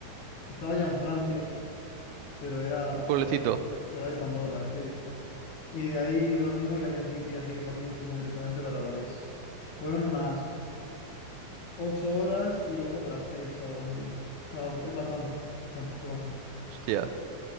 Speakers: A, on the left; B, on the right.
A: Estaba ya en Francia, pero era
B: ¿Un pueblecito?
A: pegadito, pe- pegadito a Andorra, sí. Y de ahí dormimos y al día siguiente ya sí que salimos y fuimos directamente para París. Fueron unas ocho horas y luego otras seis, algo así. O sea, fue- es bastante, bastante, fue bastante.
B: Hostia.